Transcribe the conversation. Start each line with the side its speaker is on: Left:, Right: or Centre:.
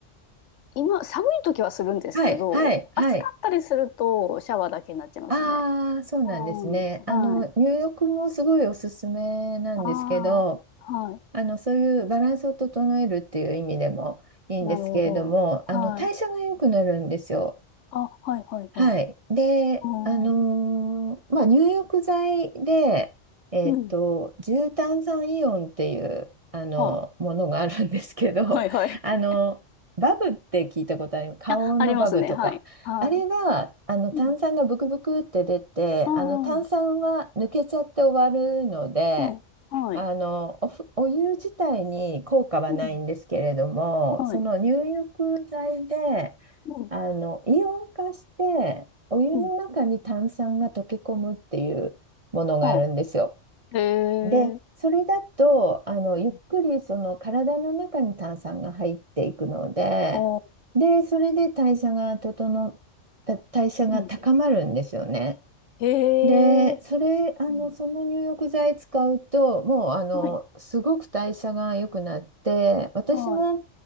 Left: 今、寒い時はするんですけど、
Right: はい、はい、はい。
Left: 暑かったりするとシャワーだけになっちゃいますね。
Right: ああ、そうなんですね。
Left: うん。
Right: あの、
Left: はい。
Right: 入浴もすごいおすすめなんですけど、
Left: ああ、はい。
Right: あの、そういうバランスを整えるっていう意味でもいいんですけれども、
Left: なるほど。はい。
Right: あの、代謝が良くなるんですよ。
Left: あ、はい、はい、
Right: はい。
Left: はい。
Right: で、
Left: うん。
Right: あのーまあ、入浴剤で、えっと、
Left: うん。
Right: 重炭酸イオンっていう、あの、
Left: は
Right: ものがあるんですけど、
Left: あ、はい、はい。
Right: <laughs> あの、
Left: <laughs>
Right: バブって聞いたことあります。花王のバブとか。
Left: あ、ありますね。はい。はい。
Right: あれは、あの、炭酸がブクブクって出て、
Left: うん。ああ
Right: あの、炭酸は抜けちゃって終わるので、
Left: うん、はい。
Right: あの、おふ、お湯自体に効果はないんですけれども、
Left: うん。はい。
Right: その入浴剤で、
Left: うん。
Right: あの、イオン化して、お湯の中に炭酸が溶け込むっていうものがあるんですよ。
Left: うん。はあ。へ
Right: で、
Left: え。
Right: それだと、あの、ゆっくりその体の中に炭酸が入っていくので、
Left: うん。ああ、
Right: で、それで代謝が整った、代謝が高まるんですよね。
Left: うん。うんへ
Right: で、
Left: え。
Right: それ、あの、
Left: うん。
Right: その入浴剤使うと、もう、あの、
Left: はい。
Right: すごく代謝が良くなって、私も、
Left: はい。